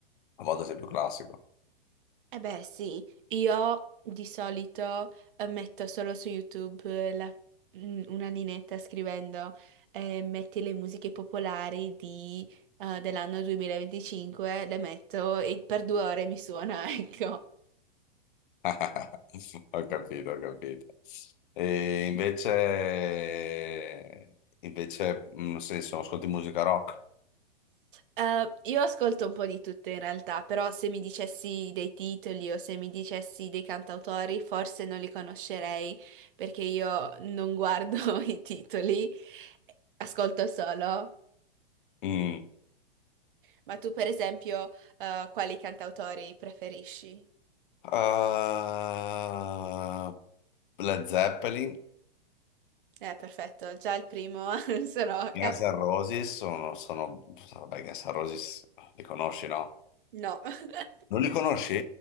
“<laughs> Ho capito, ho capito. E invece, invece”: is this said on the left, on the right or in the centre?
Left